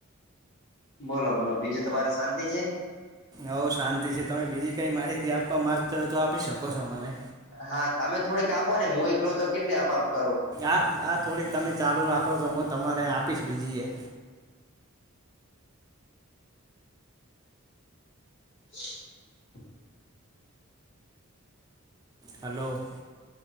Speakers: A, on the left; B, on the right.
A: બોલો બોલો બીજું તમારે શાંતિ છે.
B: હઓ શાંતિ છે તમે બીજી કઈ માહિતી આપવા માંગતા હોય તો આપી શકો છો મને.
A: હા તમે થોડીક આવો ને મુ એકલો તો કેટલી આપ આપ કરું.
B: આ આ થોડીક તમે ચાલુ રાખો છો હું તમારે આપીશ બીજી એ
A: <inaudible>
B: હલો.